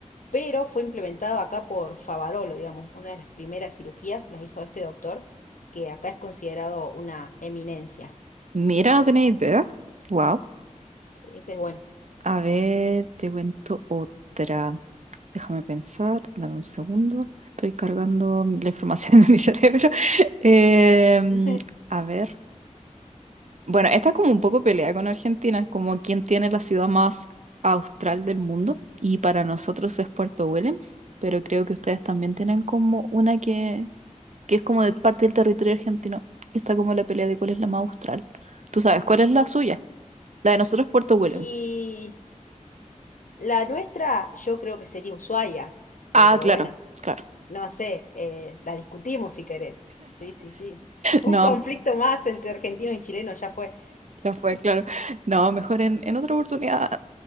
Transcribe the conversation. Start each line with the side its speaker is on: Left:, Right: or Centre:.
Left: pero fue implementado acá por Favarolo, digamos, una de las primeras cirugías las hizo este doctor, que acá es considerado una eminencia.
Right: Mira, no tenía idea. Wow.
Left: Sí, ese es bueno.
Right: A ver, te cuento otra. Déjame pensar, dame un segundo. Estoy cargando la información <laughs> de mi cerebro. Em,
Left: <laughs>
Right: a ver. Bueno, esta es como un poco pelea con Argentina, como quién tiene la ciudad más austral del mundo. Y para nosotros es Puerto Williams, pero creo que ustedes también tienen como una que, que es como de parte del territorio argentino. Y está como la pelea de cuál es la más austral. ¿Tú sabes cuál es la suya? La de nosotros es Puerto Williams.
Left: Y la nuestra, yo creo que sería Ushuaia, pero
Right: Ah, claro,
Left: bueno.
Right: claro.
Left: no sé, eh, la discutimos si querés. Sí, sí, sí. Un
Right: <laughs> No,
Left: conflicto más entre argentino y chileno ya fue.
Right: ya fue, claro. No, mejor en, en otra oportunidad